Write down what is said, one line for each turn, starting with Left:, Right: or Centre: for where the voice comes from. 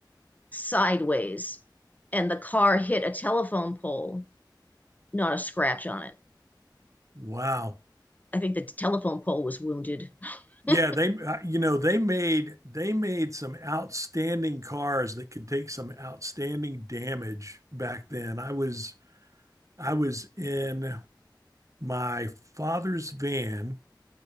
Left: sideways, and the car hit a telephone pole. Not a scratch on it.
Right: Wow.
Left: I think the telephone pole was wounded.
Right: Yeah,
Left: <laughs>
Right: they uh, you know, they made they made some outstanding cars that could take some outstanding damage back then. I was I was in my father's van